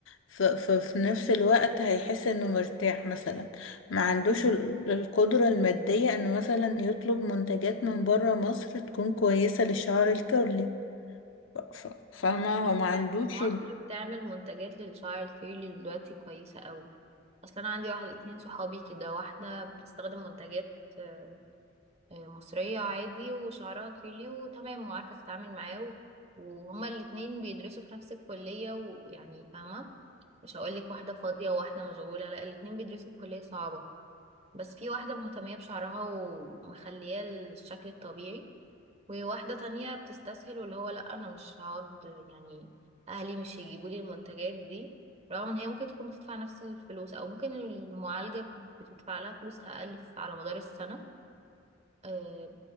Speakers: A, on the left; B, on the right.
A: ففي نفس الوقت هيحس انه مرتاح مثلا ما عندوش ال- القدرة المادية انه مثلا يطلب منتجات من برا مصر تكون كويسة للشعر الكيرلي ف- ف- فاهمة
B: بس
A: هو ما عندوش
B: مصر
A: ال-
B: بتعمل منتجات للشعر الكيرلي دلوقتي كويسة قوي اصل انا عندي واحد اتنين صحابي كده واحدة بتستخدم منتجات آه، آه، مصرية عادي وشعرها كيرلي وتمام وعارفة تتعامل معاه و- وهما الاتنين بيدرسوا في نفس الكلية ويعني فاهمة مش هقولك واحدة فاضية وواحدة مشغولة لا الاتنين بيدرسوا في كلية صعبة بس في واحدة مهتمية بشعرها ومخلياه الشكل الطبيعي وواحدة تانية بتستسهل واللي هو لأ أنا مش هقعد يعني أهلي مش هيجيبوا لي المنتجات دي رغم إن هي ممكن تكون بتدفع نفس الفلوس أو ممكن المعالجة بتدفع لها فلوس أقل ف- على مدار السنة أه